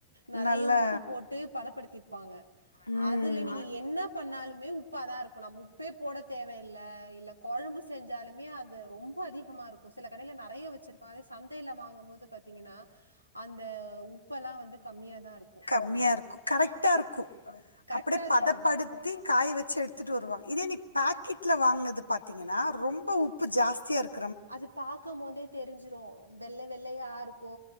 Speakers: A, on the right; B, on the left.
A: நெறையா
B: நல்லா
A: உ ப்பு போட்டு பதபடுத்திருப்பாங்க
B: ம்
A: அதுல நீங்க என்ன பண்ணாலுமே உப்புதாருக்கு நம்ம உப்பே போட தேவயி இல்ல இல்ல கொழம்பு செஞ்சாலு மெயு அது ரொம்ப அதிகமா இருக்கு சில கடையில நெறையா வச்சிருப்பா அதே சந்தையில வாங்கும்போது ப்ப பாத்திங்கனா அந்த உப்பெல்லா வந்து கம்மியாதாருக்கு
B: கம்மியாருக்கு கரெட்டாருக்கு
A: கரெக்ட்டா
B: அப்டியே
A: இருக்கும்.
B: பதபடுத்தி
A: ஆமா.
B: காயவச்சி எடுத்துட்டுவருவா இதே நீ பேக்கெட்ல வாங்குனது பாத்திங்கனா ரொம்ப உப்பு ஜாஸ்தியா இருக்
A: அது பாக்கம்போதே தெரிஞ்சிரு வெல்ல வெள்ளையாருக்கு